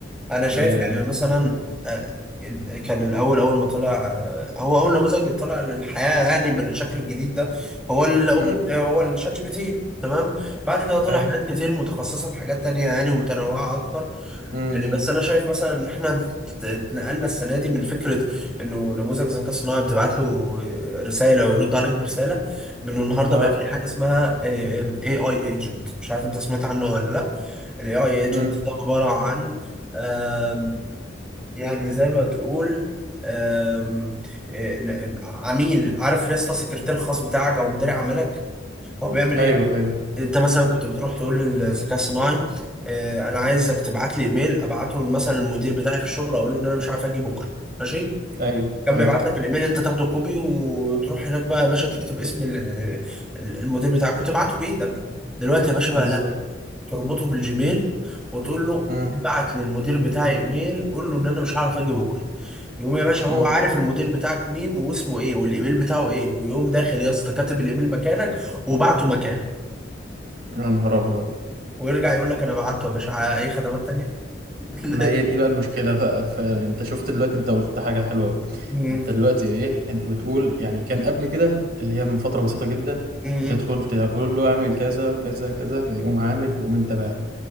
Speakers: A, in the centre; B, on the right.
A: انا شايف
B: آه،
A: يعني مثلا آه، كان الاول اول ما طلع آه، هو اول نموذج طلع للحياه يعني بالشكل الجديد ده هو الاوبن
B: امم
A: آه، هو الشات جي بي تي تمام بعد كده طلع
B: اي
A: حاجات كتير متخصصه في حاجات تانية يعني ومتنوعه اكتر
B: امم
A: يعني بس انا شايف مثلا ان احنا ت- اتنقلنا السنه دي من فكره انه نموذج ذكاء صناعي بتبعت له رساله ويرد عليك برساله بانه النهارده
B: اه
A: بقى في حاجه اسمها اي اي ايجنت مش عارف انت سمعت عنه ولا لا الاي اي ايجنت
B: امم
A: ده عباره عن آم، يعني زي ما تقول آم، آه، عميل عارف يا اسطى سكرتير خاص بتاعك او مدير عملك هو بيعمل
B: ايوه
A: ايه
B: ايوه
A: انت مثلا كنت بتروح تقول للذكاء الصناعي اه انا عايزك تبعت لي ايميل ابعته مثلا المدير بتاعي في الشغل اقول له ان انا مش عارف اجي بكره ماشي
B: ايوه
A: كان
B: ايوه
A: بيبعت لك الايميل انت تاخده كوبي وتروح هناك بقى يا باشا تكتب اسم ال- ال- المدير بتاعك وتبعته بايدك دلوقتي يا باشا بقى
B: بالظبط
A: لا تربطه بالجيميل وتقول له
B: امم
A: ابعت للمدير بتاعي ايميل قول له ان انا مش هعرف اجي بكره يقوم يا باشا هو
B: امم
A: عارف المدير بتاعك مين واسمه ايه والايميل بتاعه ايه ويقوم داخل يا اسطى كاتب الايميل مكانك وبعته مكانك
B: يا نهار ابيض
A: ويرجع يقول لك انا بعته يا باشا ع- اي خدمات تانية <laughs>
B: ما هي دي بقى المشكلة بقى فانت شفت دلوقتي انت قلت حاجة حلوة قوي
A: مم.
B: انت دلوقتي ايه انت بتقول يعني كان قبل كده اللي هي من فترة بسيطة جدا
A: مم.
B: بتدخل تقول له اعمل كذا كذا كذا فيقوم عامل تقوم انت بقى